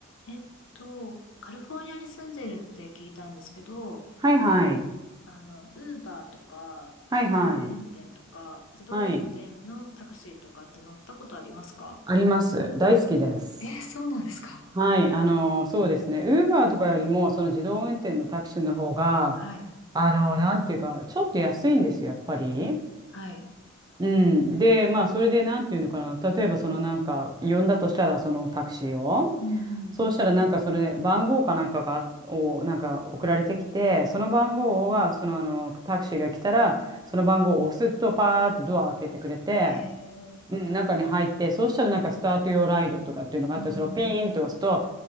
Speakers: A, on the left; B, on the right.
A: えっと、カリフォルニアに住んでるって聞いたんですけど、
B: はいはい。
A: あの、ウーバーとか、自動運転とか、
B: はいはい。
A: 自動運転のタクシーとかって乗ったことありますか
B: はい。あります。大好きです。
A: えー、そうなんですか。
B: はい。あの、そうですね。ウーバーとかよりも、その自動運転のタクシーの方が、
A: はい。
B: あの、なんていうか、ちょっと安いんですよ、やっぱり。
A: はい。
B: うん。で、まあ、それで、なんていうのかな。例えば、そのなんか、呼んだとしたら、そのタクシーを。
A: うんうん。
B: そうしたら、なんか、それで、番号かなんかが、を、なんか、送られてきて、その番号は、その、あの、タクシーが来たら、その番号を押すと、パーってドア開けてくれて、
A: へえ。
B: うん、中に入って、そうしたらなんかスタート用ライドとかっていうのがあったり、
A: うんうんうん。
B: それをピーンと押すと、